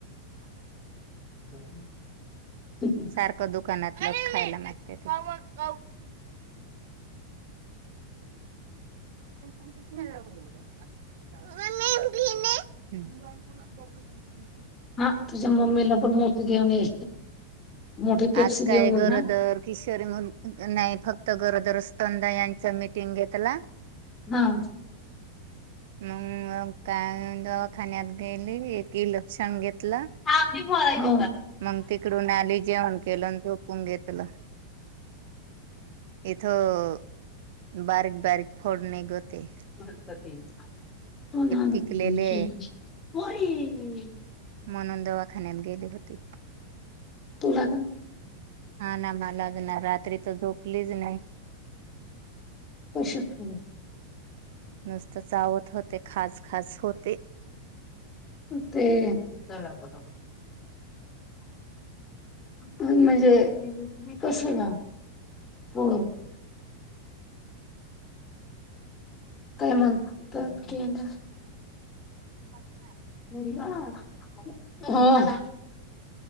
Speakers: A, on the left; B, on the right.
A: ह ह <inaudible>
B: सारखं दुकानात खायलागत मग <unintelligible> हो <unintelligible> ह म भी <unintelligible>
A: हा, तुझ्या मम्मीला पण मोती घेऊन ये. मोठी पेप्सी
B: आज
A: घेऊन
B: काय
A: ये
B: गरोदर
A: हा.
B: किशोरी म्ह, नाही फक्त गरोदर असत. यांच मीटिंग घेतला.
A: हा.
B: मग काय दवाखान्यात गेली, एक इ लक्षण घेतलं.
A: हो.
B: मग तिकडू आली, जेवण क केलं झोपून घेतलं. इथं, बारीक, बारीक, फोड नाही ग ते
A: <unintelligible>
B: पिकलेले म्हणून दवाखान्यात गेली होती.
A: तूला का.
B: हा ना, मलाज ना, रात्री तर झोपलीच नाही.
A: कशक <unintelligible>
B: नुसत चावत होते, खास, खास होते.
A: ते <unintelligible> म्हणजे क ग <unintelligible> होड <unintelligible> तन प क <unintelligible>
B: हा <unintelligible>
A: हो <unintelligible>